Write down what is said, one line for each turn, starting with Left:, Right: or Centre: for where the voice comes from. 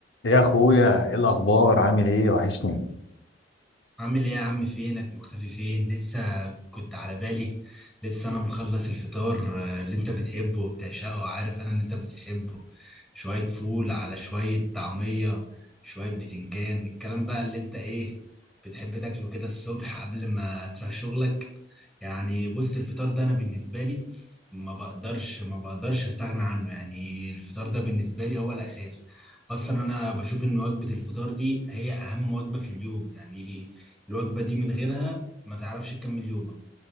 Left: يا اخويا ايه الاخبار عامل ايه وحشني
Centre: عامل ايه يا عم فينك مختفي فين لسه كنت على بالي لسه انا مخلص الفطار آه، اللي انت بتحبه وبتعشقه وعارف انا ان انت بتحبه شوية فول على شوية طعمية شوية بتنجان الكلام بقى اللي انت ايه بتحب تاكله كده الصبح قبل ما تروح شغلك يعني بص الفطار ده انا بالنسبة لي ما بقدرش ما بقدرش استغنى عنه يعني الفطار ده بالنسبة لي هو الاساس اصلا انا بشوف ان وجبة الفطار دي هي اهم وجبة في اليوم يعني الوجبة دي من غيرها ما تعرفش تكمل يومك